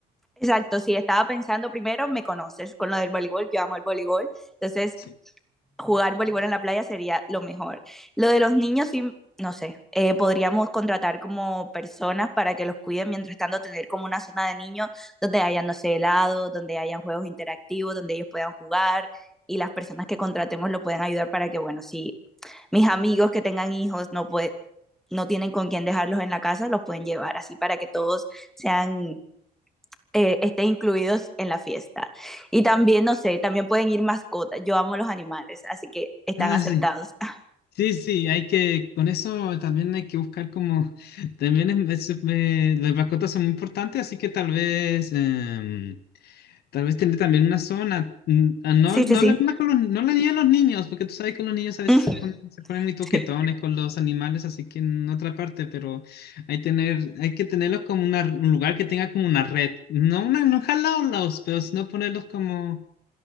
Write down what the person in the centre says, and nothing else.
Exacto, sí, estaba pensando primero, me conoces con lo del voleibol, yo amo el voleibol, entonces
jugar voleibol en la playa sería lo mejor. Lo de los niños, sí, no sé, eh, podríamos contratar como personas para que los cuiden, mientras tanto tener como una zona de niños donde hayan, no sé, helado, donde hayan juegos interactivos, donde ellos puedan jugar y las personas que contratemos lo pueden ayudar para que, bueno, si mis amigos que tengan hijos no pueden no tienen con quién dejarlos en la casa, los pueden llevar así para que todos sean eh, estén incluidos en la fiesta. Y también, no sé, también pueden ir mascotas. Yo amo los animales, así que están
aceptados.
<laughs>
Sí,
sí, sí.
Mm,
sí.